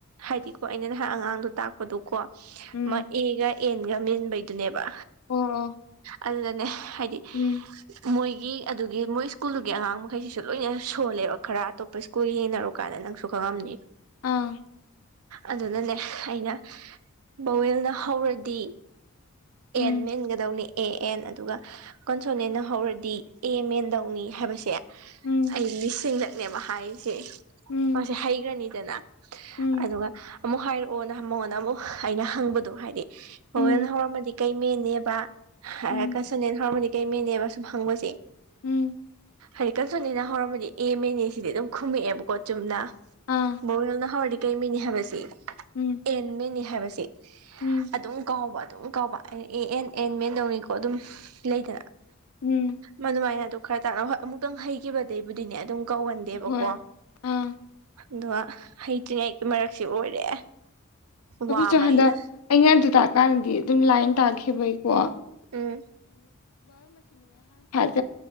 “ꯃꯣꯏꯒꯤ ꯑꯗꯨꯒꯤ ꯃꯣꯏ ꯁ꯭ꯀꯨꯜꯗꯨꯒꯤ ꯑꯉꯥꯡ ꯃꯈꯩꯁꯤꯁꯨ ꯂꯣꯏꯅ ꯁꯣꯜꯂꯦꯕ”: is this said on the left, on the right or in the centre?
Right